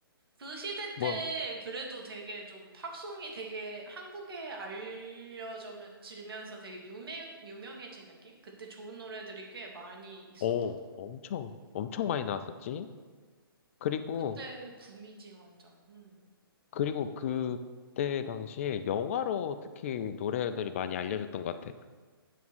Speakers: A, on the right (about 75°); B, on the left (about 35°).
A: 그 시대
B: 뭐,
A: 때 그래도 되게 좀 팝송이 되게 한국에 알려지면서 되게 유명, 유명해진 느낌? 그때 좋은 노래들이 꽤 많이 있었던
B: 오,
A: 것 같아.
B: 엄청 엄청 많이 나왔었지. 그리고
A: 그때 붐이지, 완전. 음.
B: 그리고 그때 당시에 영화로 특히 노래들이 많이 알려졌던 것 같아.